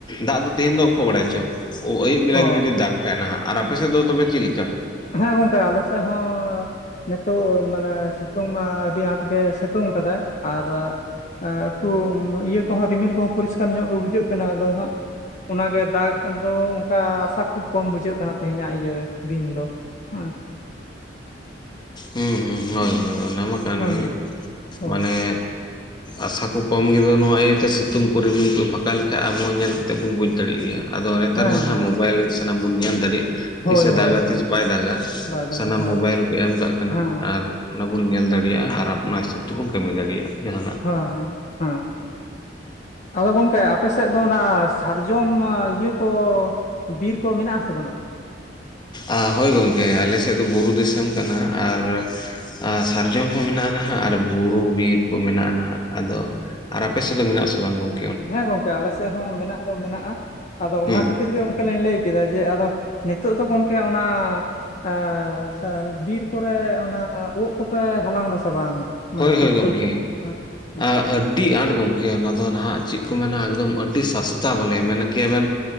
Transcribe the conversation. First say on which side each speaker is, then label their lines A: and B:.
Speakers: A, on the left; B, on the left.
A: ᱫᱟᱜ ᱫᱚ ᱛᱮᱦᱮᱧ ᱫᱚ ᱠᱚ ᱵᱟᱲᱟᱭ ᱪᱚ᱾ ᱳ ᱟᱹᱭᱩᱵ ᱵᱮᱞᱟ
B: ᱚ
A: ᱜᱮ ᱡᱩᱫᱤ ᱫᱟᱜ ᱠᱷᱟᱡ ᱱᱟᱦᱟᱜ᱾ ᱟᱨ ᱟᱯᱮ ᱥᱮᱜ ᱫᱚ ᱛᱚᱵᱮ ᱪᱤᱜ ᱞᱤᱠᱟ?
B: ᱦᱮᱸ ᱜᱚᱝᱠᱮ ᱟᱞᱮᱥᱮᱜ ᱦᱚᱸ᱾ ᱱᱤᱛᱚᱜ ᱢᱟᱱᱮ ᱥᱮᱛᱳᱝ ᱢᱟ ᱟᱹᱰᱤ ᱟᱸᱴ ᱜᱮ ᱥᱮᱛᱳᱝ ᱠᱟᱫᱟᱭ᱾ ᱟᱨ ᱟ ᱮᱠᱴᱩ ᱩᱸ ᱤᱭᱟᱹ ᱠᱚᱦᱚᱸ ᱨᱤᱢᱤᱞ ᱠᱚᱦᱚᱸ ᱯᱚᱨᱤᱥᱠᱟᱨ ᱧᱚᱜ ᱜᱮ ᱵᱩᱡᱷᱟᱹᱜ ᱠᱟᱱᱟ᱾ ᱟᱫᱚ ᱦᱟᱸᱜ ᱚᱱᱟᱜᱮ ᱫᱟᱜ ᱫᱚ ᱚᱝᱠᱟ ᱛᱟᱸ ᱠᱷᱩᱵᱽ ᱠᱚᱢ ᱵᱩᱡᱷᱟᱹᱜ ᱠᱟᱱᱟ ᱛᱮᱦᱮᱧᱟᱜ ᱤᱭᱟᱹ ᱫᱤᱱ ᱫᱚ ᱦᱮᱸ᱾
A: ᱦᱩᱸ ᱦᱩᱸ ᱦᱳᱭ ᱦᱳᱭ ᱚᱱᱟᱢᱟ ᱠᱟᱱ
B: ᱦᱮᱸ
A: ᱜᱮ᱾
B: ᱦᱳᱭ
A: ᱢᱟᱱᱮ ᱟᱥᱟ ᱠᱚ ᱠᱚᱢ ᱜᱮᱫᱚ ᱱᱚᱣᱟ ᱤᱭᱟᱹᱛᱮ ᱥᱤᱛᱩᱝ ᱨᱤᱢᱤᱞ ᱠᱚ ᱯᱷᱟᱸᱠᱟ ᱞᱮᱠᱷᱟᱡ ᱟᱵᱚ ᱦᱚᱸ ᱧᱮᱞ ᱠᱟᱛᱮᱜ ᱵᱚᱱ ᱵᱩᱡᱽ ᱫᱟᱲᱮᱭᱟᱜ ᱜᱮᱭᱟ। ᱟᱫᱚ ᱱᱮᱛᱟᱨ
B: ᱦᱮᱸ
A: ᱢᱟ ᱱᱟᱦᱟᱸᱜ
B: ᱦᱮᱸ
A: ᱢᱳᱵᱟᱭᱤᱞ ᱨᱮᱜᱮ ᱥᱟᱱᱟᱢ ᱵᱚᱱ ᱧᱮᱞ ᱫᱟᱲᱮᱭᱟᱜ।
B: ᱦᱳᱭ
A: ᱛᱤᱥᱮ
B: ᱦᱳᱭ
A: ᱫᱟᱜᱟ
B: ᱦᱳᱭ
A: ᱛᱤᱥ ᱵᱟᱭ ᱫᱟᱜᱟ।
B: ᱵᱟᱭ ᱫᱟᱜᱟ
A: ᱥᱟᱱᱟᱢ
B: ᱦᱮᱸ
A: ᱢᱳᱵᱟᱭᱤᱞ ᱨᱮᱠᱚ ᱮᱢ ᱠᱟᱜ ᱠᱟᱱᱟ।
B: ᱦᱮᱸ
A: ᱟᱨ ᱚᱱᱟ ᱵᱚᱱ ᱧᱮᱞ ᱫᱟᱲᱮᱭᱟᱜᱼᱟ, ᱟᱨ ᱟᱯᱱᱟ ᱦᱤᱥᱟᱹᱵ ᱛᱮᱵᱚᱱ ᱠᱟᱹᱢᱤ ᱫᱟᱲᱮᱭᱟᱜᱼᱟ। ᱡᱟᱦᱟᱱᱟᱜ
B: ᱦᱳᱣᱟ ᱦᱟᱸ ᱦᱟᱸ, ᱟᱫᱚ ᱜᱚᱝᱠᱮ ᱟᱯᱮᱥᱮᱜ ᱫᱚ ᱚᱱᱟ ᱥᱟᱨᱡᱚᱢ ᱤᱭᱟᱹ ᱠᱚ ᱵᱤᱨ ᱠᱚ ᱢᱮᱱᱟᱜᱼᱟ ᱥᱮ ᱵᱟᱹᱱᱩᱜᱼᱟ?
A: ᱟ ᱦᱳᱭ ᱜᱚᱝᱠᱮ, ᱟᱞᱮ ᱥᱮᱜ ᱫᱚ ᱵᱩᱨᱩ ᱫᱤᱥᱚᱢ ᱠᱟᱱᱟ, ᱟᱨ ᱟ ᱥᱟᱨᱡᱚᱢ ᱦᱚᱸ ᱢᱮᱱᱟᱜᱼᱟ ᱱᱟᱦᱟᱜ ᱟᱨ ᱵᱩᱨᱩ ᱵᱤᱨ ᱠᱚ ᱢᱮᱱᱟᱜᱼᱟ ᱱᱟᱦᱟᱜ᱾ ᱟᱫᱚ ᱟᱨ ᱟᱯᱮ ᱥᱮᱜ ᱫᱚ ᱢᱮᱱᱟᱜᱼᱟ ᱥᱮ ᱵᱟᱝ? ᱜᱚᱝ
B: ᱦᱮᱸ ᱜᱚᱝᱠᱮ ᱟᱞᱮ ᱥᱮᱜ ᱦᱚᱸ ᱢᱮᱱᱟᱜ ᱫᱚ ᱢᱮᱱᱟᱜᱼᱟ᱾ ᱟᱫᱚ
A: ᱦᱩᱸ
B: ᱚᱱᱟ ᱠᱷᱟᱹᱛᱤᱨ ᱜᱮ ᱚ ᱜᱮᱞᱤᱧ ᱞᱟᱹᱭ ᱠᱮᱫᱟ ᱡᱮ, ᱟᱫᱚ ᱱᱤᱛᱚᱜ ᱫᱚ ᱜᱚᱢᱠᱮ ᱚᱱᱟ ᱟᱸᱻ ᱥᱟ ᱵᱤᱨ ᱠᱚᱨᱮ ᱚᱱᱟ ᱳᱜ ᱠᱚᱯᱮ ᱦᱟᱞᱟᱝ ᱮᱫᱟ ᱥᱮ ᱵᱟᱝ? ᱢᱟᱱᱮ
A: ᱦᱳᱭ
B: ᱯᱩᱴᱠᱟᱹ
A: ᱦᱳᱭ ᱜᱚᱝᱠᱮ᱾
B: ᱠᱚ ᱦᱮᱸ ᱦᱮᱸ
A: ᱟ ᱟᱹᱰᱤ ᱟᱸᱴ ᱜᱚᱢᱠᱮ᱾ ᱚᱱᱟ ᱫᱚ ᱱᱟᱦᱟᱜ ᱪᱮᱜ ᱠᱚ ᱢᱮᱱᱟ ᱮᱠᱫᱚᱢ ᱟᱹᱰᱤ ᱥᱟᱥᱛᱟ ᱵᱚᱞᱮ᱾ ᱢᱮᱱᱮ ᱠᱮᱭᱟ ᱵᱮᱱ